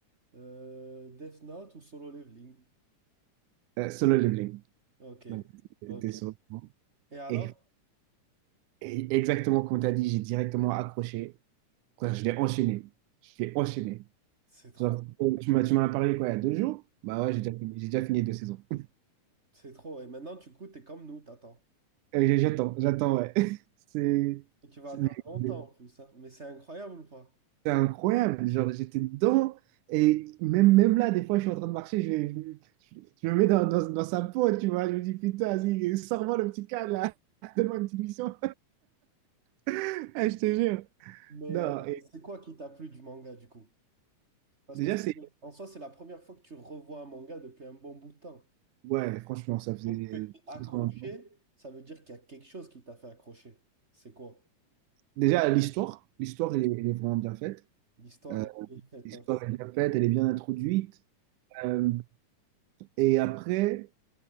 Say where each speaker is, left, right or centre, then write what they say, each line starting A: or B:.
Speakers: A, on the right; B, on the right.
A: euh, Death Note ou Solo Leveling.
B: Euh, Solo Leveling.
A: Ok.
B: Donc,
A: Ok.
B: t'es sur le coup.
A: Et alors?
B: Et, et exactement comme tu as dit, j'ai directement accroché. Quoi, je l'ai enchaîné. Je l'ai enchaîné.
A: C'est trop.
B: Genre, euh, tu m'as, tu m'en as parlé quoi, il y a deux jours? Bah ouais, j'ai déjà fini. J'ai déjà fini deux saisons. <laughs>
A: C'est trop. Et maintenant, du coup, t'es comme nous, t'attends.
B: Euh, j'ai- j'attends, j'attends, ouais. <laughs> C'est
A: Et tu vas
B: c'est-
A: attendre
B: mais-
A: longtemps
B: mais
A: en plus, hein. Mais c'est incroyable ou pas?
B: c'est incroyable. Genre, j'étais dedans. Et même, même là, des fois, je suis en train de marcher, je, vais- je, je me mets dans, dans, dans sa peau, tu vois. Je me dis, putain, vas-y, sors-moi le petit cadre, là. <laughs> Donne-moi une petite mission. <laughs> Ah, je te jure.
A: Mais
B: Non,
A: euh,
B: et
A: c'est quoi qui t'a plu du manga, du coup? Parce
B: déjà,
A: que c'est-
B: c'est...
A: en soi, c'est la première fois que tu revois un manga depuis un bon bout de temps.
B: Ouais, franchement, ça faisait...
A: Donc, que t'es
B: c'est
A: accroché,
B: trop longtemps.
A: ça veut dire qu'il y a quelque chose qui t'a fait accrocher. C'est quoi?
B: Déjà, l'histoire, l'histoire, elle, est elle est vraiment bien faite.
A: L'histoire
B: Euh,
A: est bien faite,
B: L'histoire
A: hein.
B: est bien faite, elle est bien introduite. Euh, et après,